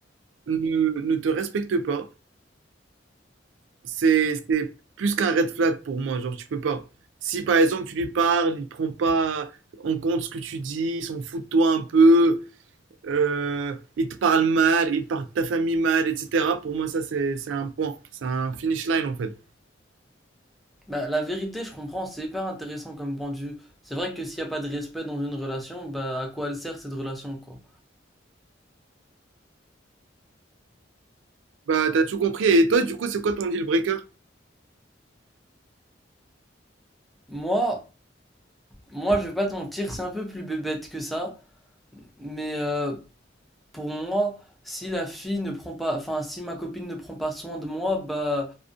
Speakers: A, on the right; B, in the centre.
A: ne ne te respecte pas. C'est c'est plus qu'un red flag pour moi, genre tu peux pas. Si par exemple tu lui parles, il prend pas en compte ce que tu dis, il s'en fout de toi un peu, euh, il te parle mal, il parle de ta famille mal, etc. Pour moi ça c'est c'est un point, c'est un finish line en fait.
B: Bah, la vérité, je comprends, c'est hyper intéressant comme pendu. C'est vrai que s'il y a pas de respect dans une relation, bah, à quoi elle sert cette relation, quoi?
A: Bah t'as tout compris. Et toi du coup c'est quoi ton deal breaker?
B: Moi, Moi, je vais pas te mentir, c'est un peu plus bébête que ça, mais euh, pour moi, si la fille ne prend pas, enfin, si ma copine ne prend pas soin de moi, bah,